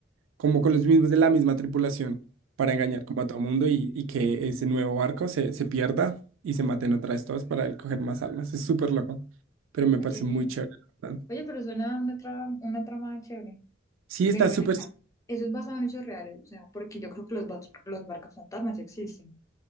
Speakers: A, on the right; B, on the left.
A: como con los mismos de la misma tripulación para engañar como a todo mundo y, y que ese nuevo barco se, se pierda y se maten otra vez todos para él coger más almas. Es súper loco, pero me
B: Oye,
A: parece
B: sí.
A: muy chévere, la verdad.
B: Oye, pero suena una trama, una trama chévere.
A: Sí, está
B: Pero ven
A: súper...
B: acá. Eso es basado en hechos reales, o sea, porque yo creo que los, bas- los barcos fantasmas sí existen.